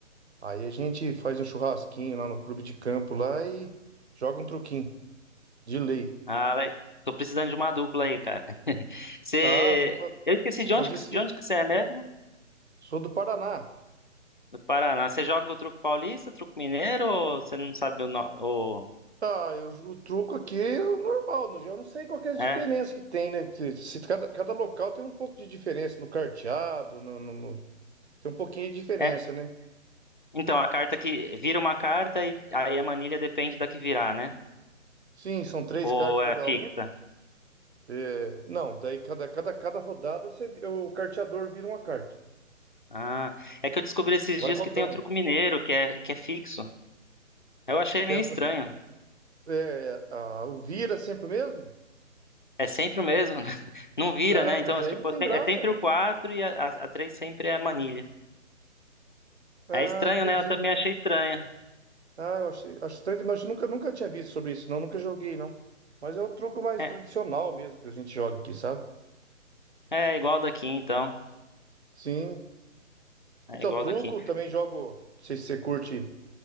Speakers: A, on the right; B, on the left.
A: Aí a gente faz um churrasquinho lá no clube de campo lá e joga um truquinho de lei.
B: Ah, le- tô precisando de uma dupla aí, cara. <laughs> Você...
A: Ah, vamos, fa-
B: Eu esqueci
A: vamos
B: de onde
A: fazer
B: que,
A: sim.
B: de onde que você é mesmo?
A: Sou do Paraná.
B: Do Paraná. Você joga o truco paulista, truco mineiro ou você não sabe o... No... o-
A: Ah, eu, o truco aqui é o normal, no geral. Eu não sei qual que é a diferença
B: É,
A: que tem, né? Se, se cada, cada local tem um pouco de diferença no carteado, no, no- no- tem um pouquinho de diferença,
B: é.
A: né?
B: Então, a carta que... Vira uma carta e aí a manilha depende da que virar, né?
A: Sim, são três
B: Ou
A: cartas
B: é
A: cada
B: fixa?
A: um. É, não, daí cada, cada, cada rodada você, vi- o carteador vira uma carta.
B: Ah, é que eu descobri esses
A: Vai
B: dias
A: rodando.
B: que tem o truco mineiro, que é, que é fixo. Eu achei
A: Que
B: meio
A: é,
B: estranho.
A: é, a, o vira sempre o mesmo?
B: É sempre o mesmo, <laughs> não vira,
A: Ah,
B: né? Então,
A: mas aí
B: tipo,
A: não tem graça.
B: é é sempre o 4 e a, a, a 3 sempre é a manilha.
A: Ah,
B: É estranho,
A: entendi.
B: né? Eu também achei estranho.
A: Ah, eu achei, acho estranho, mas nunca, nunca tinha visto sobre isso, não, nunca joguei, não. Mas é o truco mais
B: É,
A: tradicional mesmo que a gente joga aqui, sabe?
B: é igual daqui, então.
A: Sim.
B: É
A: Então,
B: igual
A: truco,
B: daqui.
A: também jogo, não sei se você curte